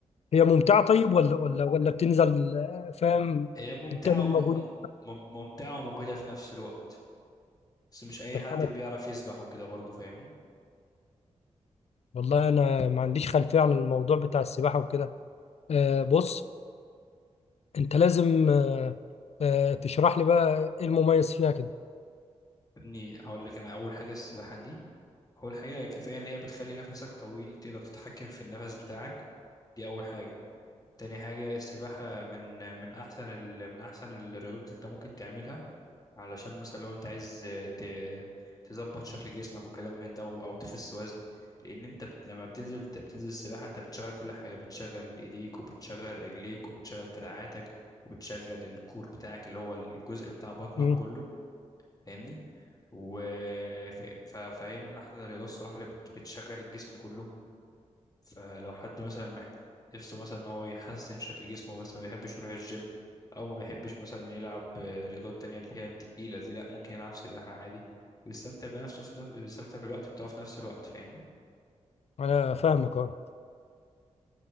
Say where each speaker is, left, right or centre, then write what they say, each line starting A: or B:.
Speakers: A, on the left; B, on the left.
A: هي ممتعة طيب ولا ولا ولا بتنزل آه، فاهم
B: هي ممتعه
A: بتعمل
B: وم...
A: مجهود
B: مم- ممتعه ومجهده في نفس الوقت بس مش اي
A: طب
B: حد
A: حلو.
B: بيعرف يسبح وكده برضه فاهمني
A: والله انا ما عنديش خلفيه عن الموضوع بتاع السباحه وكده آه بص انت لازم آه آه تشرح لي بقى ايه المميز فيها كده
B: يا ابني هقول لك انا اول حاجه السباحه دي أول حاجة كفاية إن هي بتخلي نفسك طويل تقدر تتحكم في النفس بتاعك دي أول حاجة تاني حاجة السباحة من من أحسن ال... من أحسن الرياضات اللي أنت ممكن تعملها علشان مثلا لو أنت عايز ت... تظبط شكل جسمك وكلام من ده أو تخس وزن لأن أنت بت... لما بتنزل بتنزل السباحة أنت بتشغل كل حاجة بتشغل إيديك وبتشغل رجليك وبتشغل دراعاتك وبتشغل الكور بتاعك اللي هو الجزء بتاع بطنك
A: مم.
B: كله فاهمني و ف- ف- فهي من احلى الرياضات الصراحه اللي بت- بتشغل الجسم كله فلو حد مثلا محت... نفسه مثلا ان هو يحسن شكل جسمه بس ما بيحبش يروح الجيم او ما بيحبش مثلا يلعب آه، رياضات تانية اللي هي التقيله دي لا ممكن يلعب سباحه عادي ويستمتع بنفسه في نف... بيستمتع بالوقت بتاعه في نفس الوقت فاهمني
A: انا فاهمك اه